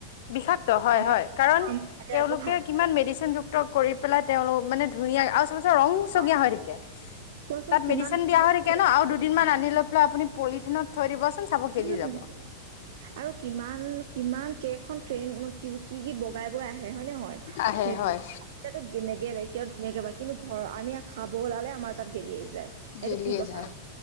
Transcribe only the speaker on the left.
বিষাক্ত হয়,
হয়। কাৰণ,
তেওঁলোকে
কিমান মেডিচিন যুক্ত কৰি পেলাই, তেওঁলোক মানে ধুনীয়া আৰু চাবাচোন ৰং চঙীয়া
হৈ থাকে।
তাত
মেডিচিন
দিয়া হৈ
থাকে ন' আৰু
দুদিনমান আনি লৈ পেলাই আপুনি পলিথিনত থৈ দিবচোন চাব গেলি
যাব।
আহে
হয়
গেলিয়ে
যায়।